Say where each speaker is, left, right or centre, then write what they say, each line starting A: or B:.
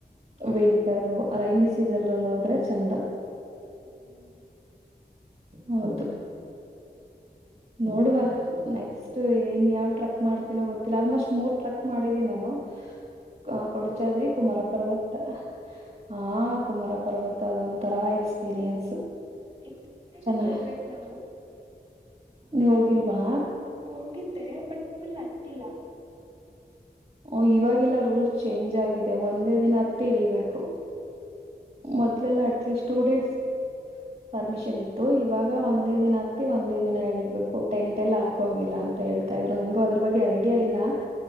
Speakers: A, on the right; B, on the right.
A: ವಿಂಟರು ರೈನಿ ಸೀಸನ್ಲ ಹೋದ್ರೆ ಚೆಂದಾ
B: ಹ್ಮ್
A: ಹೌದು ನೋಡ್ ವ ನೆಕ್ಸ್ಟ್ ಅ ಇನ್ ಯಾವ್ ಟ್ರಕ್ ಮಾಡ್ತೀನೋ ಗೊತ್ತಿಲ್ಲ ಆಲ್ಮೋಸ್ಟ್ ಮೂರ್ ಟ್ರಕ್ ಮಾಡಿದೀನಿ ನಾನು ಅ ಕೊಡಚಾದ್ರಿ ಕುಮಾರ ಪರ್ವತ ಹ ಕುಮಾರ ಪರ್ವತ ಅದೊಂಂತರಾ ಎಕ್ಸ್ಪೀರಿಯೆನ್ಸ್
B: ನೆಕ್ಸ್ಟ್ ಟೈಮು
A: ಚೆನ್ನ
B: ಹೋಗ್ಬೇಕ್ ನಾವು
A: ನೀವ ಹೋಗಿಲ್ವಾ
B: ಹೋಗಿದ್ದೆ ಬಟ್ ಫುಲ್ ಹತ್ತಿಲ್ಲಾ
A: ಓ ಇವಾಗೆಲ್ಲಾ ರೂಲ್ಸ್ ಚೇಂಜ್ ಆಗಿದೆ ಒಂದೇ ದಿನ ಹತ್ತ ಇಳೀಬೇಕು ಮೊದಲೆಲ್ಲ ಅಟ್ಲೀಸ್ಟ್ ಟು ಡೇಸ್ ಪರ್ಮಿಷನ್ ಇತ್ತು ಇವಾಗ ಒಂದೇ ದಿನ ಹತ್ತಿ ಒಂದೇ ದಿನ ಹೇಳಿಬೇಕು ಟೆಂಟ್ ಎಲ್ಲ ಹಾಕಂಗಿಲ್ಲ ಅಂತ ಹೇಳ್ತಾ ಇದ್ರು ನಂಗು ಅದ್ರ ಬಗ್ಗೆ ಐಡಿಯಾ ಇಲ್ಲಾ